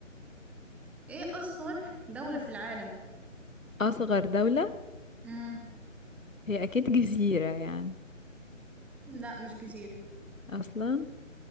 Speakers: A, in the centre; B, on the left.
A: ايه أصغر دولة في العالم؟
B: اصغر دولة
A: مم.
B: هي اكيد جزيرة يعني
A: لا مش كتير
B: اصلا